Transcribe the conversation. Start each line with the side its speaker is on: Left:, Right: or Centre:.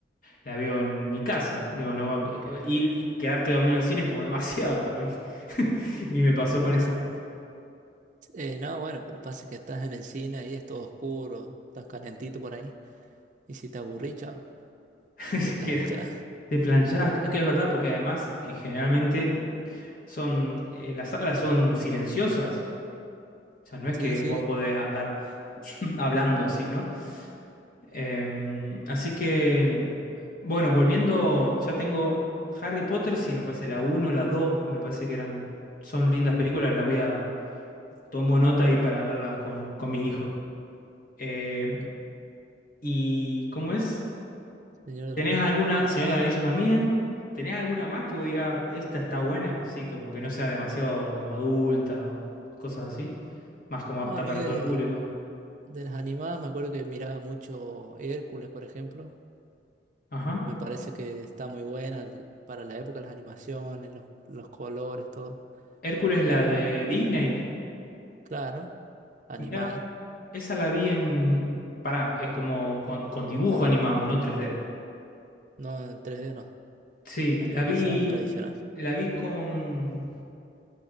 Left: la veo en mi casa. Digo, no va- eh, ir y quedarte dormido en el cine es como demasiado para mí. <laughs> Y me pasó con
Right: <laughs>
Left: esa.
Right: Eh, no, bueno, pero pasa que estás en el cine ahí, es todo oscuro, estás calentito por ahí. Y si te aburrís, chao,
Left: <laughs>
Right: te planchas.
Left: Que
Right: <laughs>
Left: te planchás, que es verdad, porque además eh, generalmente son eh, las salas son silenciosas. O sea, no es
Right: Sí,
Left: que
Right: sí,
Left: vos podés andar <laughs> <clears throat> hablando así, ¿no? Em, así que, bueno, volviendo, ya tengo Harry Potter, sí, me parece la uno la 2 me parece que eran, son lindas películas, la voy a, tomo nota ahí para verlas con, con mis hijos. Eh,
Right: mm,
Left: ¿Y cómo es?
Right: Señor de
Left: ¿Tenés
Right: los Anillos.
Left: alguna, señor del Anillo también? ¿Tenés alguna más que vos digas, esta está buena? Sí, como que no sea demasiado como adulta o cosas así. Más como
Right: No,
Left: apta
Right: a mí
Left: para
Right: de,
Left: todo el público.
Right: de las animadas me acuerdo que miraba mucho Hércules, por ejemplo.
Left: Ajá.
Right: Me parece que está muy buena l- para la época, las animaciones, los, los colores, todo.
Left: Hércules, la
Right: Está,
Left: de Disney.
Right: claro, animada.
Left: Mirá, esa la vi en... Pará, es como con, con dibujo animado, no tres d
Right: No en 3D, no.
Left: Sí,
Right: Animación
Left: la vi,
Right: tradicional.
Left: la vi con,